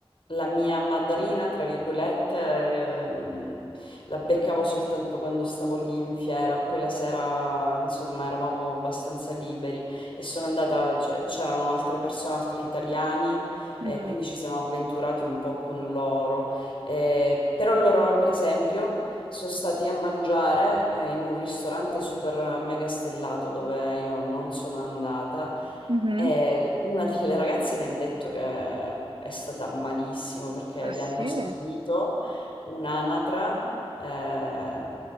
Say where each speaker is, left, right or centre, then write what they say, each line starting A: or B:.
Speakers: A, on the left (about 65°); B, on the right (about 60°).
A: la mia madrina, tra virgolette, ehm, la beccavo soltanto quando stavo lì in fiera, poi la sera, insomma, eravamo abbastanza liberi e sono andata, cioè, c'erano altre persone, altri italiani,
B: Mh-mh.
A: e quindi ci siamo avventurati un po' con loro. Eh, però loro, per esempio, sono stati a mangiare eh, in un ristorante super mega stellato dove io non sono andata
B: Mh-mh.
A: e una delle ragazze mi ha detto che è stata malissimo perché
B: Ah
A: le
B: sì?
A: hanno servito un'anatra. eh,